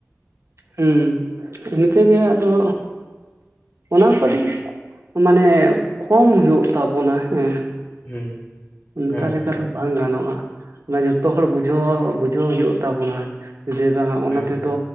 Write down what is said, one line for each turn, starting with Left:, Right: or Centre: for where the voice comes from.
Right: ᱦᱮᱸ ᱤᱱᱠᱟᱹᱜᱮ ᱟᱫᱚ ᱚᱱᱟ ᱠᱟᱹᱴᱤᱡ
Left: ᱦᱩᱸ
Right: ᱢᱟᱱᱮ ᱠᱚᱢ ᱦᱩᱭᱩᱜ ᱛᱟᱵᱚᱱᱟ ᱦᱮᱸ
Left: ᱦᱩᱸ
Right: ᱚᱱᱠᱟ
Left: ᱦᱮᱸ
Right: ᱞᱮᱠᱟᱛᱮ ᱵᱟᱝ ᱜᱟᱱᱚᱜ-ᱟ ᱚᱱᱟ ᱡᱚᱛᱚ ᱦᱚᱲ ᱵᱩᱡᱷ ᱵᱩᱡᱷᱟᱹᱣᱟ ᱵᱩᱡᱷᱟᱹᱣ ᱦᱩᱭᱩᱜ ᱛᱟᱵᱚᱱᱟ ᱡᱮ ᱵᱟᱝᱟ ᱚᱱᱟ
Left: ᱦᱩᱸ
Right: ᱛᱮᱫᱚ